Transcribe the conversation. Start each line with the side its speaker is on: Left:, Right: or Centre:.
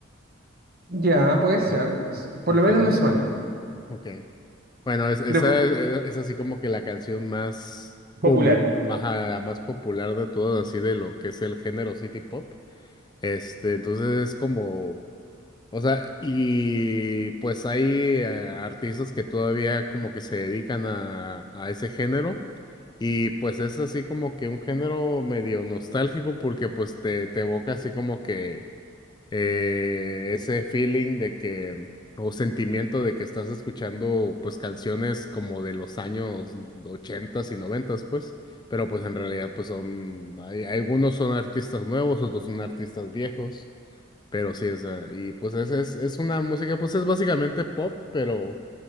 Right: Ya, puede ser.
Left: ¿No?
Right: Se- Por
Left: ¿No
Right: lo
Left: te
Right: menos
Left: suena?
Right: me suena.
Left: Ok. Bueno, es, esa
Right: Pero fu-
Left: es, e, es así como que la canción más común,
Right: popular.
Left: más, ah, más popular de todas, así de lo que es el género City Pop. Este, entonces es como, o sea, y pues hay eh, artistas que todavía como que se dedican a, a ese género. Y pues es así como que un género medio nostálgico porque pues te, te evoca así como que eh, ese feeling de que, o sentimiento de que estás escuchando, pues, canciones como de los años ochentas y noventas, pues, pero pues en realidad, pues son, hay, algunos son artistas nuevos, otros son artistas viejos, pero sí, o sea, y pues es, es, es una música, pues es básicamente pop, pero